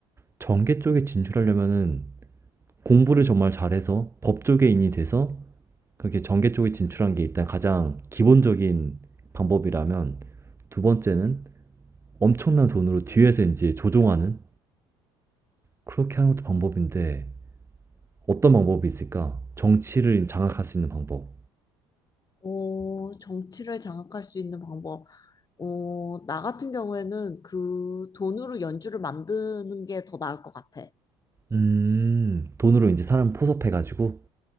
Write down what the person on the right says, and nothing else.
정계 쪽에 진출하려면은 공부를 정말 잘해서 법쪽계 인이 돼서 그렇게 정계 쪽에 진출한 게 일단 가장 기본적인 방법이라면 두 번째는 엄청난 돈으로 뒤에서 이제 조종하는 그렇게 하는 것도 방법인데 어떤 방법이 있을까? 정치를 장악할 수 있는 방법.
음, 돈으로 이제 사람 포섭해가지고.